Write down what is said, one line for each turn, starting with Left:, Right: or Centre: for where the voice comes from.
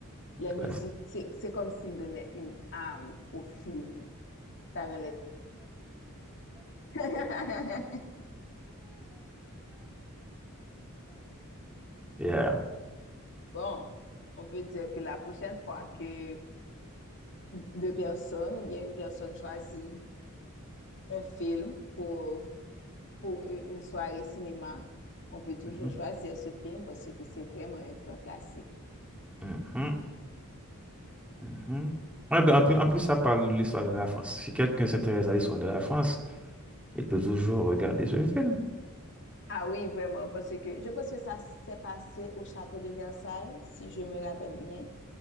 Left: Les musiques,
Centre: Classe.
Left: c'est c'est comme s'ils donnaient une âme au film. Ça rend les- <laughs>
Centre: Yeah.
Left: Bon, on peut dire que la prochaine fois que deux personnes ou bien une personne choisit un film pour, pour une soirée cinéma, on peut toujours
Centre: Mhm,
Left: choisir ce film parce que c'est vraiment un grand classique.
Centre: mhm, mhm. Ouais, ben, en plus, en plus, ça parle de l'histoire de la France. Si quelqu'un s'intéresse à l'histoire de la France, il peut toujours regarder ce film.
Left: Ah oui, vraiment, parce que je pense que ça s'est passé au château de Versailles, si je me rappelle bien.